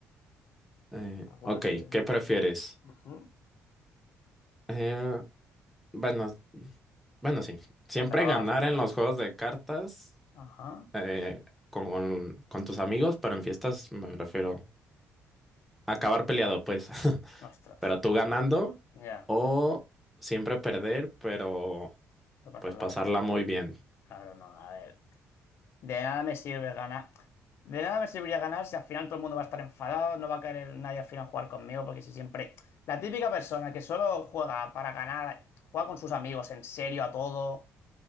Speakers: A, in the centre; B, on the left.
A: Eh,
B: Algunas,
A: ok,
B: eh,
A: ¿qué prefieres?
B: Ujú.
A: Eh, bueno, bueno, sí. Siempre
B: Suéltala,
A: ganar
B: va, suéltala.
A: en los juegos de cartas
B: Ajá.
A: eh, con, con tus amigos, pero en fiestas me refiero. acabar peleado, pues. <laughs>
B: Ostras,
A: Pero tú ganando
B: ya,
A: o siempre perder, pero
B: no pasar
A: pues
B: la
A: pasarla
B: vida, ¿eh?
A: muy bien.
B: Claro, no, a ver. De nada me sirve ganar. De nada me serviría ganar si al final todo el mundo va a estar enfadado, no va a querer nadie al final jugar conmigo, porque si siempre. La típica persona que solo juega para ganar, juega con sus amigos en serio a todo.